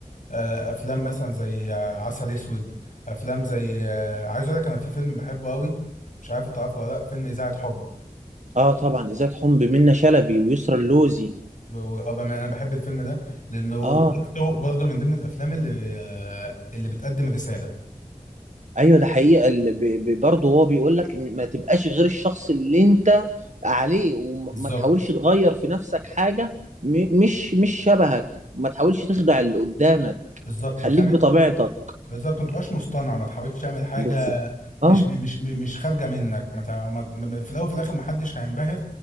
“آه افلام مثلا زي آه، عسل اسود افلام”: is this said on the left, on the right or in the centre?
Left